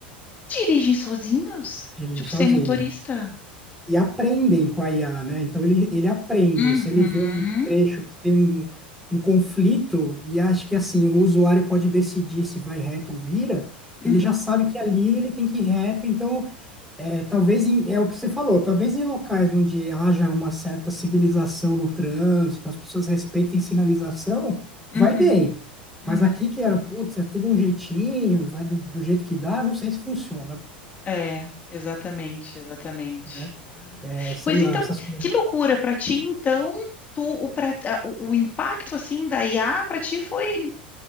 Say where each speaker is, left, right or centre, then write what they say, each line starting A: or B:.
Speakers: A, on the left (about 30°); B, in the centre.
A: Dirigem sozinhos?
B: dirigindo
A: Tipo,
B: sozinho.
A: sem motorista?
B: e aprendem com a IA, né? Então ele, ele aprende.
A: Uhum,
B: Se ele vê um trecho que tem um, um conflito e acha que assim o usuário pode decidir se vai reto ou vira,
A: uhum,
B: ele já sabe que ali ele tem que ir reto. Então, é, talvez em- é o que você falou, talvez em locais onde haja uma certa civilização no trânsito, as pessoas respeitem sinalização, vai
A: uhum,
B: bem. Mas
A: uhum.
B: aqui que é, putz, é tudo um jeitinho, vai do, do jeito que dá, não sei se funciona,
A: É, exatamente, exatamente.
B: né?
A: Ah,
B: É, sei
A: pois
B: lá,
A: então,
B: essas coisas.
A: que loucura para ti, então, tu, o, pra- a- o o impacto assim da IA para ti foi